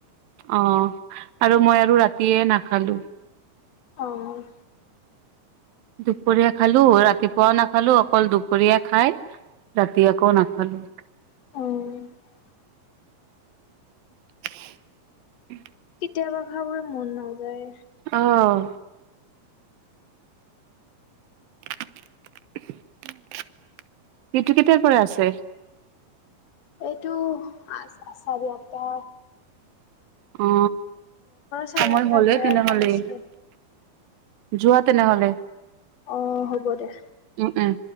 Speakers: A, on the right; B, on the left.
A: অ', আৰু মই আৰু ৰাতিয়ে নাখালো।
B: অ'।
A: দুপৰীয়া খালো, ৰাতিপুৱাও নাখালো, অকল দুপৰীয়া খাই ৰাতি আকৌ নাখালোঁ।
B: অ'।
A: <inaudible>
B: কেতিয়াবা খাবলৈ মন নাযায়।
A: অ'। এইটো কেতিয়াৰ পৰা আছে?
B: এইটো আচা আচা দি আত্তা।
A: অ',
B: চাৰে
A: সময়
B: আঠটাত
A: হ'লে
B: যায়
A: তেনেহ'লে।
B: আৰু কলেজ
A: যোৱা তেনেহলে
B: অ হ'ব দে
A: উম উম।